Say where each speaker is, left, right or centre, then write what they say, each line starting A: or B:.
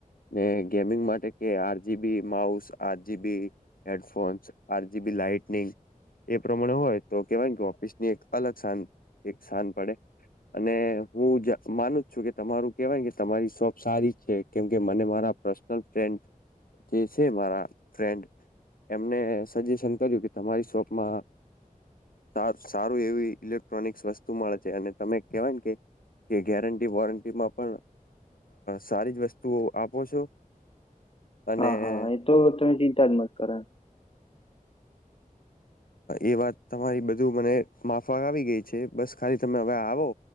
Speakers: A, on the left; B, on the left.
A: ને ગેમિંગ માટે કે R GB mouse, R GB headphones, R G B lightning એ પ્રમાણે હોય તો કેવાય કેને કે ઓફિસ ની એક અલગ સાન એક સાન પડે અને હું જ માનું જોકે તમારું કેહેવાય કે તમારી શોપ સારી છે કેમ કે મને મારા પર્સનલ ફેન જે છે મારા ફ્રેન્ડ એમને સજેશન કર્યું કે તમારી શોપ માં આપ સારું એવી ઇલેક્ટ્રોનિક્સ વસ્તુ મળે છે અને તમે કહેવાય કે ગેરંન વોરંટી મા પણ સારી જ વસ્તુઓ આપો છો અને.
B: હા હા એ તો તે ચિંતા જ મત કરા.
A: એ વાત તમારી બધું મને માફ આવી ગઈ છે બસ ખાલી તમે હવે આવો